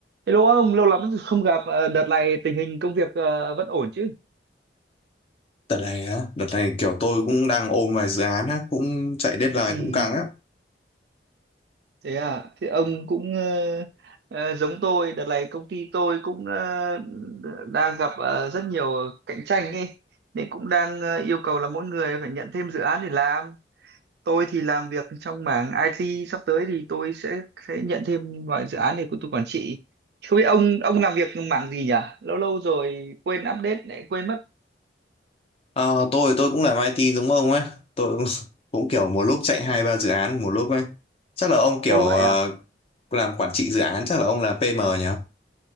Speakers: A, on the right; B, on the left.
A: Hello ông, lâu lắm rồi không gặp. Ờ, Đợt này tình hình công việc ờ, vẫn ổn chứ?
B: Đợt này á, đợt này kiểu tôi cũng đang ôm vài dự án á, cũng chạy deadline
A: Ừ,
B: cũng căng á.
A: thế à. Thế ông cũng ờ, ờ, giống tôi. Đợt này công ty tôi cũng ờ, đang gặp ờ, rất nhiều cạnh tranh ấy. Nên cũng đang ờ, yêu cầu là mỗi người phải nhận thêm dự án để làm. Tôi thì làm việc trong mảng IT. Sắp tới thì tôi sẽ sẽ nhận thêm vài dự án để của tôi quản trị. Không biết ông ông làm việc mảng gì nhỉ? Lâu lâu rồi quên update lại quên mất.
B: Ờ, tôi tôi cũng làm IT giống ông ấy, tôi cũng, <laughs> cũng kiểu một lúc chạy hai ba dự án một lúc ấy. Chắc là ông kiểu
A: ô vậy
B: ờ,
A: à?
B: làm quản trị dự án, chắc là ông là PM nhỉ?